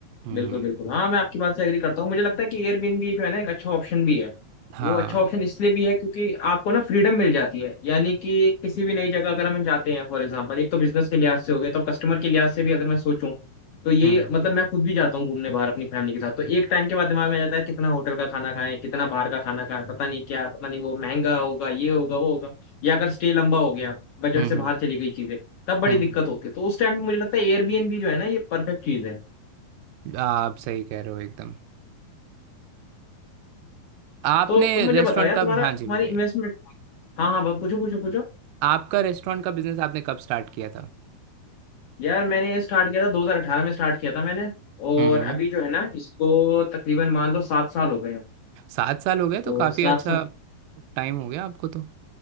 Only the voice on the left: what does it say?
बिल्कुल बिल्कुल हाँ मैं आपकी बात से एग्री करता हूँ मुझे लगता है कि एयरबीएनबी जो है ना एक अच्छा ऑप्शन भी है
वो अच्छा ऑप्शन इसलिए भी है क्योंकि आपको ना फ्रीडम मिल जाती है यानी कि किसी भी नई जगह अगर हम जाते हैं फॉर एग्जांपल एक तो बिजनेस के लिहाज से हो गया तो कस्टमर के लिहाज से भी अगर मैं सोचूं तो यही
मतलब मैं खुद भी जाता हूँ घूमने बाहर अपनी फैमिली के साथ तो एक टाइम के बाद दिमाग में आ जाता है कितना होटल का खाना खाएं कितना बाहर का खाना खाएं पता नहीं क्या पता नहीं वो महंगा होगा ये होगा वो होगा या अगर स्टे लंबा हो गया बजट
से बाहर
चली गई चीजें तब बड़ी
दिक्कत होती है तो उस टाइम मुझे लगता है एयरबीएनबी जो है ना ये परफेक्ट चीज है
तो तुम मुझे
बताओ यार
तुम्हारा
तुम्हारी
इन्वेस्टमेंट हाँ हाँ ब- पूछो पूछो पूछो
यार मैंने स्टार्ट किया था 2018 में स्टार्ट किया था मैंने और
अभी जो है ना इसको तकरीबन मान लो सात साल हो गए हैं
तो
सात
साल